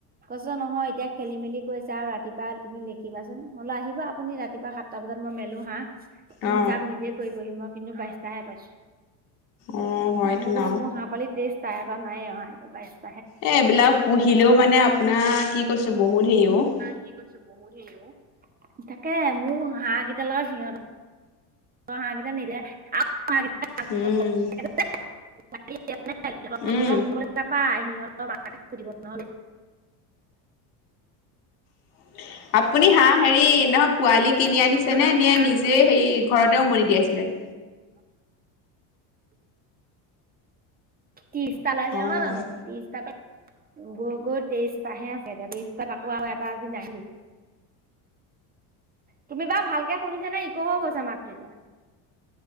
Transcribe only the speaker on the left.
অ
অ হয়তো
ন
এ এইবিলাক পুহিলেও মানে আপোনাৰ কি কৈছো বহুত হেৰি আও।
উম
উম এহ। আপুনি হাঁহ হেৰি নহয় পোৱালি কিনি
আনিছে নে নে নিজে হেৰি ঘৰতে উমনি দিয়াইছিলে।
অ'।